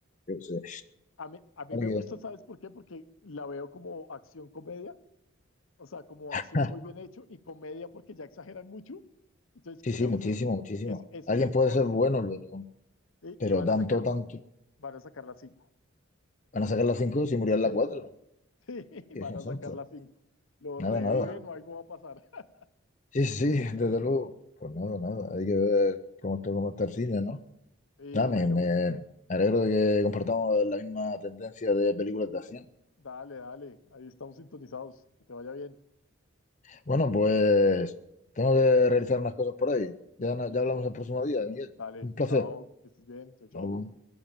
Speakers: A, on the left; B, on the left.
A: yo qué sé.
B: A mí, a mí
A: Alguien-
B: me gusta, ¿sabes por qué? Porque la veo como acción comedia, o sea, como
A: <laughs>
B: acción muy bien hecho y comedia porque ya exageran mucho. Entonces
A: Sí,
B: creo
A: sí, muchísimo,
B: que es
A: muchísimo.
B: que es- ese
A: Alguien
B: es el
A: puede
B: tono
A: ser bueno, pero,
B: ¿sí?
A: pero
B: y van
A: tanto,
B: a sacar
A: tanto.
B: van a sacar las cinco.
A: Van a sacar la 5 si murió en
B: Sí,
A: la 4.
B: <laughs> sí,
A: Dios
B: van a sacar
A: santo.
B: las cinco. Lo
A: Nada,
B: reviven
A: nada.
B: o algo va a pasar. <laughs>
A: Sí, sí, sí, <laughs> desde luego. Pues nada, nada. Hay que ver cómo está, cómo está el cine, ¿no?
B: Sí,
A: Nada,
B: bueno,
A: me, me alegro de que compartamos la misma tendencia de películas de acción.
B: dale, dale. Ahí estamos sintonizados. Que te vaya bien.
A: Bueno, pues tengo que realizar unas cosas por ahí. Ya,
B: Listo.
A: ya hablamos el próximo día, Miguel.
B: Dale.
A: Un placer.
B: Chao. Que estés bien. Chao, chao.
A: Hasta luego.